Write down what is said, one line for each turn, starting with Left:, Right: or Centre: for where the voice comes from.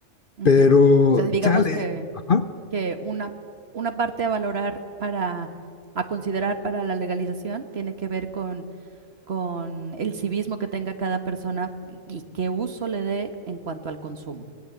Right: ujú.
Left: Pero,
Right: O sea, digamos
Left: chale,
Right: que,
Left: ajá.
Right: que una, una parte a valorar para, a considerar para la legalización tiene que ver con, con el civismo que tenga cada persona y y qué uso le dé en cuanto al consumo.